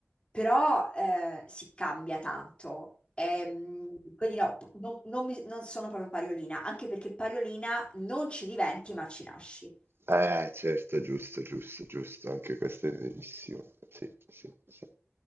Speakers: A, on the left; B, on the right.
A: però eh, si cambia tanto. Ehm, quindi no, p- non, non mi- non sono proprio Pariolina, anche perché Pariolina non ci diventi, ma ci nasci.
B: Eh certo, giusto, giusto, giusto, anche questo è verissimo. Sì, sì, sì.